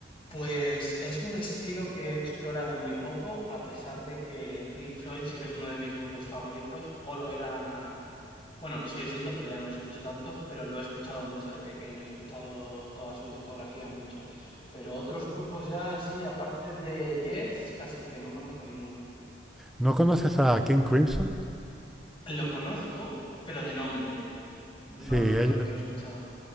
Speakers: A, on the left (about 30°); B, in the centre.
A: Pues es un estilo que he explorado muy poco, a pesar de que Pink Floyd sí que es uno de mis grupos favoritos, o lo era Bueno, lo sigue siendo, pero ya no lo escucho tanto, pero lo he escuchado mucho de pequeño, he escuchado toda su discografía mucho. Pero otros grupos ya así, aparte de Yes, casi que no conozco ninguno.
B: ¿No conoces a King Crimson?
A: Lo conozco, pero de nombre, no
B: Sí, ellos,
A: de haberlo escuchado.